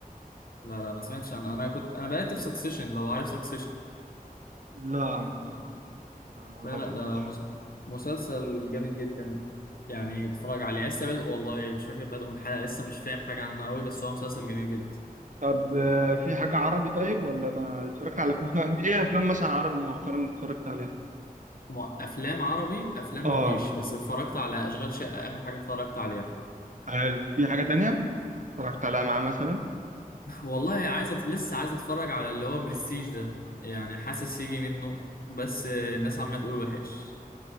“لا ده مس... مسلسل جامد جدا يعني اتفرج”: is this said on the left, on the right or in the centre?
Left